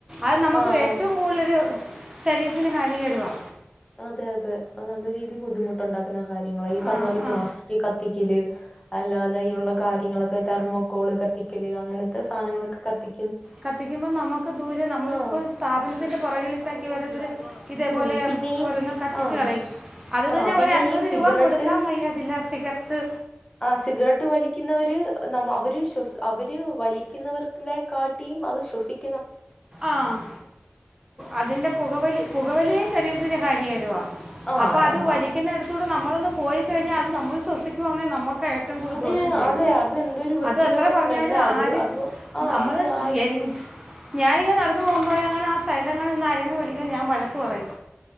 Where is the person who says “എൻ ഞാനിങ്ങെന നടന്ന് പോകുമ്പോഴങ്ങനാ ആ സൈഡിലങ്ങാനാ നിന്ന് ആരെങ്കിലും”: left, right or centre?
Right